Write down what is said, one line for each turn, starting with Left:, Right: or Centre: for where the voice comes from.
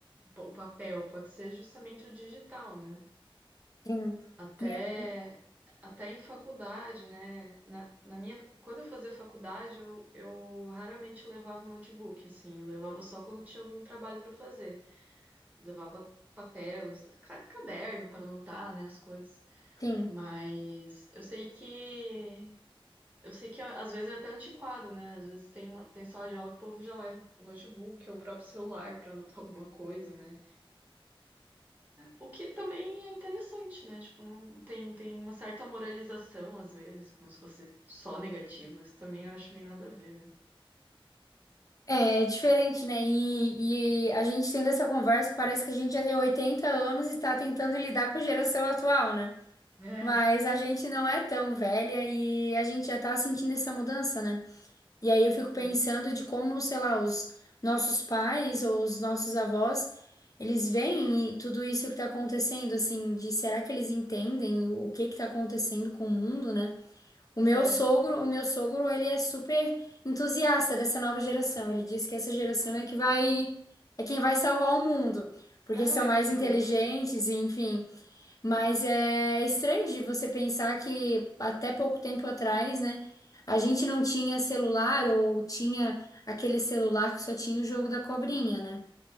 Right: o papel, pode ser justamente o digital, né?
Left: sim.
Right: Até,
Left: E é-
Right: até em faculdade, né? Na, na minha, quando eu fazia faculdade, eu, eu raramente levava o notebook, assim, eu levava só quando tinha algum trabalho para fazer. Levava papel, es- ca- caderno para anotar, né, as coisas.
Left: Sim.
Right: Mas eu sei que eu sei que às vezes é até antiquado, né? Às vezes tem uma, tem sala de aula que o povo já leva o notebook ou o próprio celular para anotar <laughs> alguma coisa, né? O que também é interessante, né? Tipo, não tem, tem uma certa moralização, às vezes, como se fosse só negativo. Isso também eu acho meio nada a ver, né?
Left: É, é diferente, né? E, e a gente tendo essa conversa, parece que a gente já tem 80 anos e tá tentando lidar com a geração atual, né?
Right: É.
Left: Mas a gente não é tão velha e a gente já tá sentindo essa mudança, né? E aí eu fico
Right: Uhum.
Left: pensando de como, sei lá, os nossos pais ou os nossos avós, eles veem tudo isso que tá acontecendo, assim, de será que eles entendem o que que tá acontecendo com o mundo, né? O meu
Right: É.
Left: sogro, o meu sogro, ele é super entusiasta dessa nova geração. Ele diz que essa geração é que vai, é quem vai salvar o mundo, porque
Right: Ah,
Left: são mais
Right: que
Left: inteligentes,
Right: fofo.
Left: e enfim. Mas é estranho de você pensar que até pouco tempo atrás, né, a gente não tinha celular ou tinha aquele celular que só tinha o jogo da cobrinha, né?